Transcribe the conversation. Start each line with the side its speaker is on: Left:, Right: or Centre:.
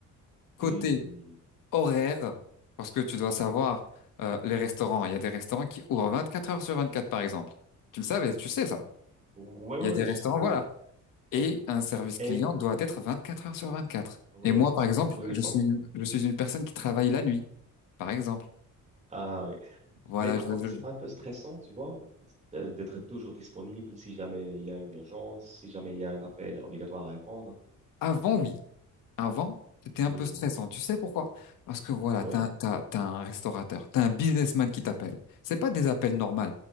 Left: Côté
Right: Hmm.
Left: horaire, parce que tu dois savoir, euh, les restaurants. Il y a des restaurants qui ouvrent 24 heures sur 24, par exemple. Tu le savais, tu sais ça.
Right: Oui, oui,
Left: Il y a des
Right: oui,
Left: restaurants,
Right: je sais déjà.
Left: voilà. Et
Right: Ouais.
Left: un service client
Right: Et
Left: doit être 24 heures sur 24.
Right: ouais,
Left: Et moi,
Right: pas-
Left: par exemple,
Right: oui, oui,
Left: je
Right: je comprends.
Left: suis, une- je suis une personne qui travaille la nuit, par exemple.
Right: Ah oui.
Left: Voilà,
Right: Mais par
Left: je,
Right: contre,
Left: je-
Right: c'est
Left: je-
Right: pas un peu stressant, tu vois, de- d'être toujours disponible si jamais il y a une urgence, si jamais il y a un appel obligatoire à répondre.
Left: Avant, oui. Avant, c'était
Right: Hmm.
Left: un peu stressant. Tu sais pourquoi? Parce que voilà,
Right: Oui.
Left: t'as, t'as, t'as un restaurateur, t'as un businessman qui t'appelle. C'est pas des appels normaux.